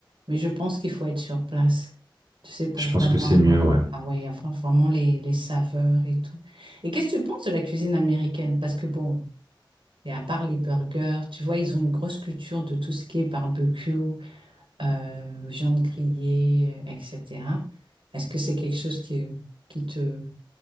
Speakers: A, on the right; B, on the right.
A: mais je pense qu'il faut être sur place. Tu sais, pour
B: je pense
A: vraiment
B: que c'est
A: avoir,
B: mieux, ouais.
A: ah ouais, avoir vraiment les, les saveurs et tout. Et qu'est-ce que tu penses de la cuisine américaine? Parce que bon, et à part les burgers, tu vois, ils ont une grosse culture de tout ce qui est barbecue, euh, viande grillée, euh, etc. Est-ce que c'est quelque chose qui, qui te,